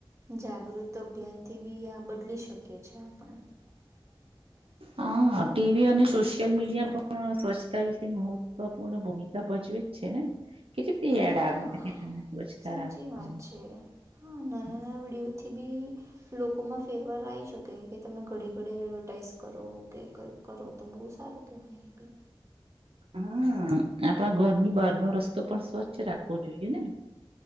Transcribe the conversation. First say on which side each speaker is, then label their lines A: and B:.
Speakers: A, on the right; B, on the right.
A: જાગૃત અભિયાનથી બી આ બદલી શકીએ છે આપણે. <inaudible>
B: હા, ટીવી અને સોશિયલ મીડિયા પણ સ્વચ્છતા વિશે મહત્વપૂર્ણ ભૂમિકા ભજવે જ છેને. કેટલી બધી
A: હા.
B: એડ આવી શકે તમે સ્વચ્છતાં
A: સાચી
B: રાખોને
A: વાત
B: એમ
A: છે. હા, નાના-નાના
B: <inaudible>
A: વિડીયોથી બી લોકોમાં ફેરવાર આવી શકે કે તમે ઘડે ઘડે એડવર્ટાઈઝ કરો કે ક કરો તો બહુ સારું કહેવાય.
B: હા, આપણા ઘરની બારનો રસ્તો પણ સ્વચ્છ રાખવો જોઈએને.